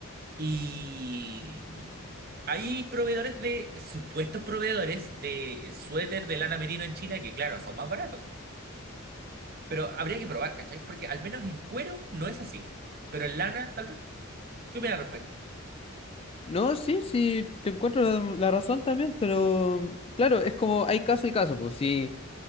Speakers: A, on the right; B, on the left.
A: Y hay proveedores de, supuestos proveedores de suéter de lana merino en China que, claro, son más baratos. Pero habría que probar, ¿cachai? Porque al menos en cuero no es así. Pero en lana, tal vez. ¿Qué opinas al respecto?
B: No, sí, sí, te encuentro la la razón también, pero claro, es como hay caso y caso, pues si